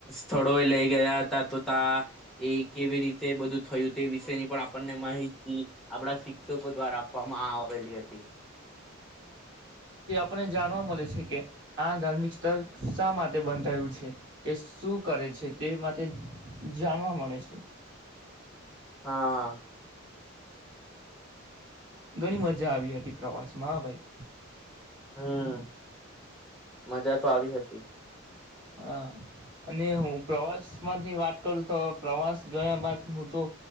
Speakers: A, in the centre; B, on the right.
A: થોડો એ લઈ ગયા હતા તો તા એ કેવી રીતે તે બધું થયું તે વિશેની પણ આપણને માહિતી. આપણા શિક શિકષકો દ્વારા આપવામાં આવેલી હતી.
B: આપને જાણવા મળે છે કે આ ધાર્મિક સ્થળ શા માટે બન રહ્યું છે તે શું કરે છે તે માટે જાણવા મળે છે.
A: હા.
B: ઘણી મજા આવી હતી પ્રવાસમાં ભાઈ.
A: હમ મજા તો આવી હતી.
B: હા અને હું પ્રવાસ માંથી વાત કરું તો પ્રવાસ ગયા બાદ હું તો